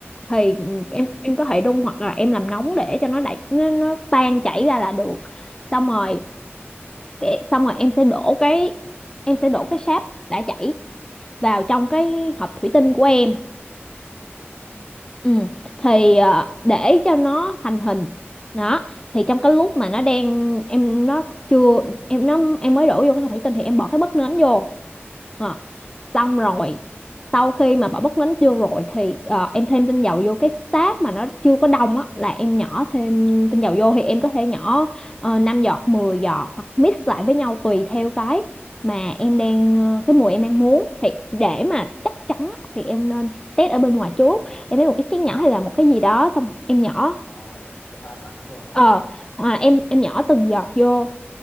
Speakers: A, on the left; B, on the left.
A: thì
B: Ừ.
A: em em có thể đun hoặc là em làm nóng để cho nó đẩy nó, nó tan chảy ra là được xong rồi cái xong rồi em sẽ đổ cái em sẽ đổ cái sáp đã chảy vào trong cái hộp thủy tinh của em
B: ừ,
A: ừ. thì ờ, để cho nó thành hình đó thì trong cái lúc mà nó đang em nó chưa em nó em mới đổ vô cái hộp thủy tinh thì em bỏ cái bất nến vô Ờ, xong rồi
B: ừ.
A: sau khi mà bỏ bớt đánh vô rồi thì ờ, em thêm tinh dầu vô cái sáp mà nó chưa có đông á là em nhỏ thêm tinh dầu vô thì em có thể nhỏ uh, 5 giọt 10 giọt hoặc mix lại với nhau tùy theo cái mà em đang ờ, cái mùi em đang muốn thì để mà chắc chắn á, thì em nên test ở bên ngoài trước em lấy một cái chén nhỏ hay là một cái gì đó xong em nhỏ
B: Ờ, em em pha sẵn vào.
A: ờ à, em em nhỏ từng giọt vô